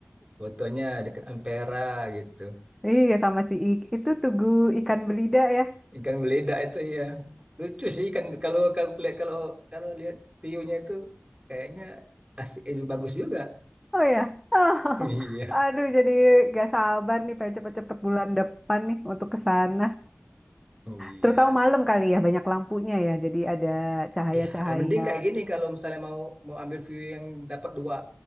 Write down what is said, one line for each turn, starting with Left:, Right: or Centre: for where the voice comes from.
Right: fotonya dekat Ampera gitu
Centre: Iya, sama si I- itu Tugu Ikan Belida ya.
Right: ikan beledak itu ya lucu sih kan kalau kalau lihat kalau kalau lihat view-nya itu kayaknya asik eh, bagus juga
Centre: Oh ya. <laughs>
Right: <laughs> iya
Centre: aduh, jadi gak sabar nih pengen cepet-cepet bulan depan nih untuk ke sana.
Right: <laughs> iya
Centre: Terutama malam kali ya, banyak lampunya ya. Jadi ada cahaya-cahaya.
Right: Ya, mending kayak gini kalau misalnya mau mau ambil view yang dapat dua